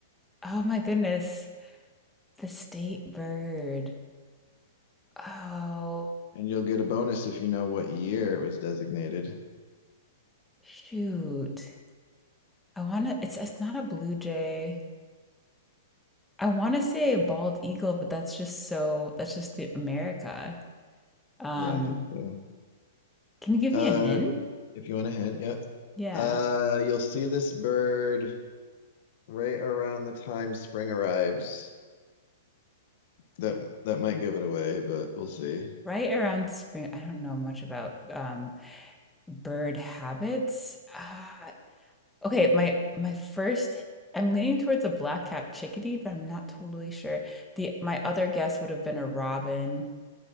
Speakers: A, in the centre; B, on the left (about 55°).
A: Oh my goodness. The state bird. Oh,
B: And you'll get a bonus if you know what year it was designated.
A: shoot. I want to, it's it's not a blue jay. I want to say a bald eagle, but that's just so, that's just the America. Um,
B: Yeah, I think so.
A: can you give
B: Uh,
A: me a hint?
B: if you want a hint, yep.
A: Yeah.
B: Uh, you'll see this bird right around the time spring arrives. That that might give it away, but we'll see.
A: Right around spring, I don't know much about um Bird habits? Ah, okay, my my first I'm leaning towards a black-capped chickadee, but I'm not totally sure. The my other guess would have been a robin.